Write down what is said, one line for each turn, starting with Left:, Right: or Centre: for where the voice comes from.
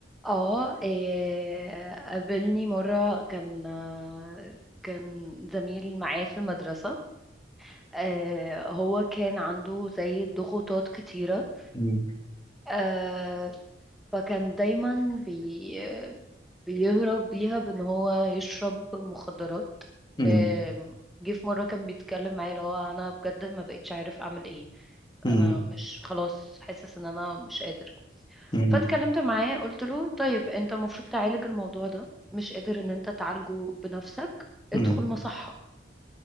Centre: اه إيه، قابلني مره كان آه، كان زميل معايا في المدرسه آه، هو كان عنده زي ضغوطات كتيره
Left: مم.
Centre: آه فكان دايما بي بيهرب بيها بان هو يشرب مخدرات
Left: مم.
Centre: آه جه في مرة كان بيتكلم معايا اللي هو انا بجد ما بقتش عارف اعمل ايه
Left: مم.
Centre: انا مش خلاص حاسس ان انا مش قادر
Left: مم.
Centre: فاتكلمت معاه قلت له طيب انت المفروض تعالج الموضوع ده مش قادر ان انت تعالجه بنفسك ادخل
Left: مم.
Centre: مصحة